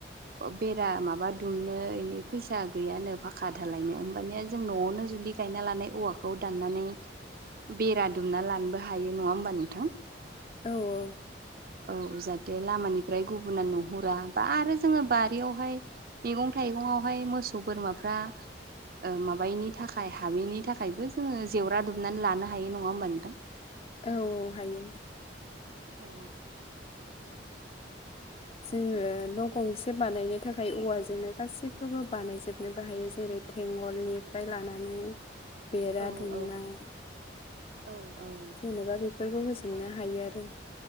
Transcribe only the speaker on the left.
औ औ।
औ औ हायो।
जोङो
<unintelligible> गंसे बानायनो थाखाय औवाजोंनो गासैखौबो बानायजोबनोबो हायो जेरै थेंगलनि फ्राय लानानै। बेरा
दुमनाय
जेनेबा बेफोरखौ होजोबनो हायो आरोखि